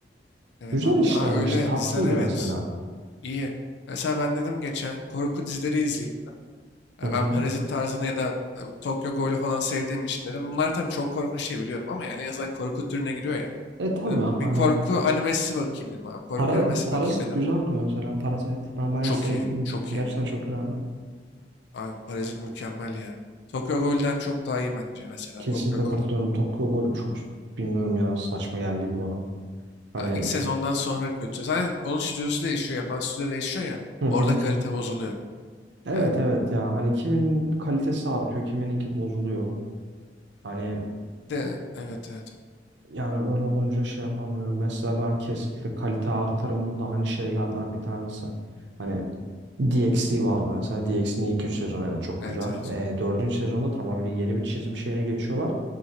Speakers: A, on the left (about 65°); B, on the right (about 70°).
A: Evet
B: Güzel
A: anladım.
B: işlenmiş,
A: Ha, öyle
B: tatlıydı
A: diziler evet.
B: mesela.
A: İyi. Mesela ben dedim geçen korku dizileri izleyeyim dedim. Ya
B: Hı hı.
A: ben Parazit tarzını ya da e, Tokyo Ghoul'u falan sevdiğim için dedim. Bunlar tabii çok korkunç değil biliyorum ama yani en azından korku türüne giriyor ya.
B: E tabii
A: Dedim
B: hani
A: bir korku animesi bakayım dedim abi. Korku
B: para,
A: animesi
B: Parazit
A: bakayım dedim.
B: güzeldi mesela Parazit. Ben bayağı
A: Çok
B: sevdim.
A: iyi. Çok
B: Gerçekten
A: iyi.
B: çok güzeldi.
A: Abi Parazit mükemmel ya. Tokyo Ghoul'den çok daha iyi bence mesela.
B: Kesinlikle
A: Tokyo Ghoul
B: katılıyorum. Tokyo Ghoul çok bilmiyorum ya saçma geldiydi bana. Hani
A: Ya ilk sezondan sonra kötü. Zaten onun stüdyosu değişiyor. Yapan stüdyo değişiyor ya.
B: Hı hı.
A: Orada kalite bozuluyor.
B: Evet
A: Yani
B: evet ya hani kimin kalitesi artıyor kimininki bozuluyor. Hani
A: de evet evet.
B: yani öyle olunca şey yapamıyorum. Mesela ben kesinlikle kalite artırımında hani şeylerden bir tanesi. Hani DxD vardı mesela. DxD'nin ilk 3 sezonu evet çok
A: Evet
B: güzel.
A: evet.
B: Ee, 4. sezonda tamamen yeni bir çizim şeyine geçiyorlar.